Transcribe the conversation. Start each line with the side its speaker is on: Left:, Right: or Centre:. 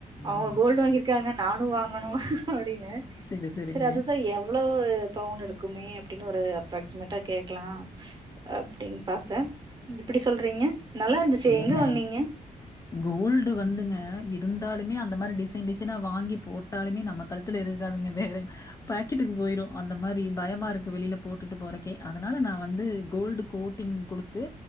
Left: ம்.
Right: அவுங்க கோல்டு வாங்கிருக்காங்க நானு வாங்கணு அப்டின்னு
Left: சரி, சரிங்க.
Right: செரி அதுதா எவ்ளோவு பவுன் இருக் குமே அப்டின் ஒரு அப்ராக்சிமேட்டா கேக்லா அப்டின் பாத்தா இப்டி சொல்றீங்க நல்லா இருந்துச்சே எங்க
Left: ஏங்க
Right: வாங்னீங்க
Left: கோல்டு வந்துங்க இருந்தாலுமே அந் த மாரி டிசைன் டிசைனா வாங்கி போட்டாலுமே நம்ம கழுத்தில இருக்காதுங்க வேற பாக்கெட்டுக் போயிரு அந்த மார் ரி பயமா இருக்கு வெளியில போட்டுட்டு போறக்கே அதனால நா வந்து கோல்டு கோட்டிங் குடுத்து